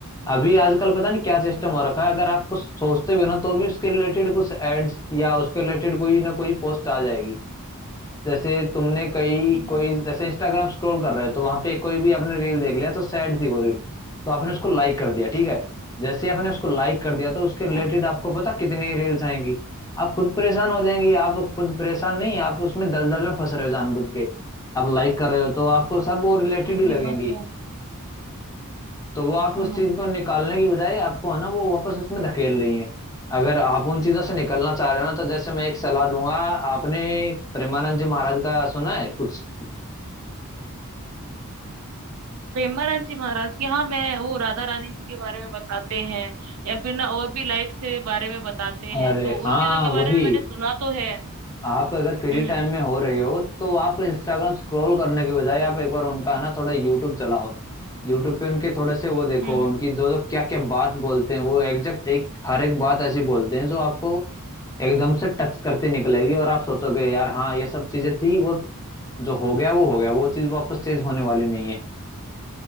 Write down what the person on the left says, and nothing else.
अभी आजकल पता नहीं क्या सिस्टम हो रखा है अगर आप कुछ सोचते भी हो ना तो भी उसके रिलेटेड कुछ एड्स या उसके रिलेटेड कोई ना कोई पोस्ट आ जाएगी जैसे तुमने कई
कोई जैसे इंस्टाग्राम स्क्रॉल कर रहे हो तो वहां पे कोई भी आपने रील देख लिया तो सैड थी वो रील तो आपने उसको लाइक कर दिया ठीक है जैसे आपने उसको लाइक कर दिया तो उसके रिलेटेड
आपको पता कितनी रील्स आएंगी आप खुद परेशान हो जाएंगी आप खुद परेशान नहीं आप उसमें दलदल में फंस रहे हो जानबूझ के आप लाइक कर रहे हो तो आपको सब वो रिलेटेड
ही लगेंगी
तो वो आप
उस
चीज को निकालने की बजाय आपको है ना वो वापस उसमें धकेल रही है अगर आप उन चीजों से निकलना चाह रहे हो ना तो जैसे मैं एक सलाह दूंगा आपने प्रेमानंद जी महाराज का सुना है कुछ
अरे
हाँ
वही
आप अगर फ्री
टाइम में हो रही हो तो आप इंस्टाग्राम स्क्रॉल करने के बजाय आप एक बार उनका है ना थोड़ा यूट्यूब चलाओ यूट्यूब पे उनके थोड़े से वो देखो
उनकी जो जो क्या क्या बात बोलते हैं वो एग्जैक्ट एक हर एक बात ऐसी बोलते हैं जो आपको एकदम से टच करती निकलेगी और आप सोचोगे यार हाँ ये सब चीजें थी वो जो हो गया वो हो गया वो चीज वापस चेंज होने वाली नहीं है